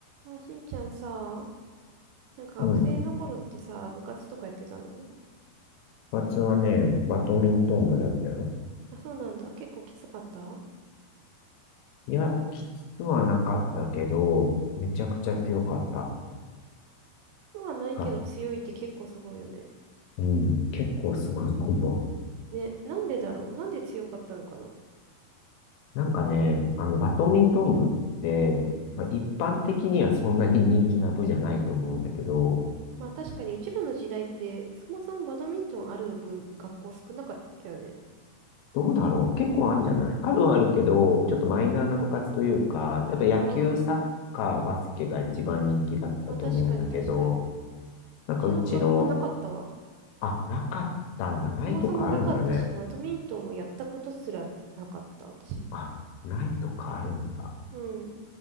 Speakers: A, on the right; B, on the left.
A: あ、しんちゃんさ、なんか学生の頃ってさ、
B: うん。部
A: 部活とかやってたの
B: 活はね、バドミントン部だったよ。
A: あ、そうなんだ。結構きつかった
B: いや、きつくはなかったけど、めちゃくちゃ強かった。
A: そうはないけど強いって結構すごいよね。
B: が、うん、結構すごいと思う。
A: ね、なんでだろうなんで強かったのかな
B: なんかね、あの、バドミントン部って、まあ、一般的にはそんなに人気な部じゃないと思うんだけど、
A: まあ確かにうちらの時代って、そもそもバドミントンある部、学校少なかったよね。
B: どうだろう結構あるんじゃないあるはあるけど、ちょっとマイナーな部活というか、やっぱ野球、
A: ああ、
B: サッカー、バスケが一番人気だったと思うんだけど、
A: まあ確かに確かに。う
B: なんかうちの、
A: ちの学校なかったわ。
B: あ、なかったんだ。ないとかあるんだね。
A: そもそもなかったし、バドミントンをやったことすらなかった、私。
B: あ、ないとかあるんだ。
A: うん。